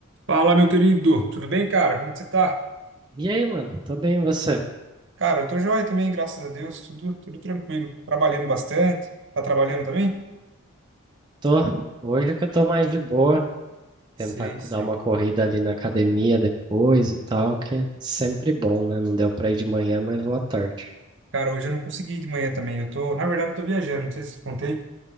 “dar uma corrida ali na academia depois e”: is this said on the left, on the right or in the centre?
Right